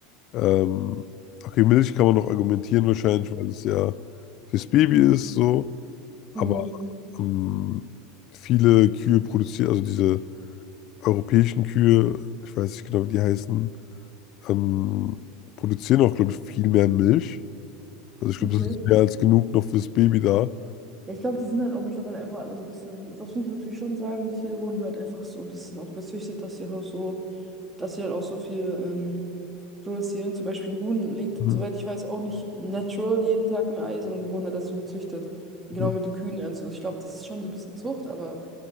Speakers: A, on the left; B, on the right.
A: Ähm, okay, Milch kann man noch argumentieren wahrscheinlich, weil es ja fürs Baby ist so. Aber
B: Mhm.
A: ähm, viele Kühe produzieren, also diese europäischen Kühe, ich weiß nicht genau, wie die heißen, ähm, produzieren auch, glaube ich, viel mehr Milch. Also ich glaube,
B: Okay.
A: das ist mehr als genug noch fürs Baby da.
B: Ja, ich glaube, die sind halt auch mittlerweile einfach alle so ein bisschen, das muss man natürlich schon sagen, die Tiere wurden halt einfach so ein bisschen auch gezüchtet, dass sie halt so, dass sie halt auch so viel ähm, produzieren. Zum Beispiel ein Huhn legt,
A: Mhm.
B: soweit ich weiß, auch nicht natural jeden Tag ein Ei, sondern die wurden halt dazu gezüchtet. Und Genau
A: mhm.
B: mit den Kühen. Also ich glaube, das ist schon so ein bisschen Zucht, aber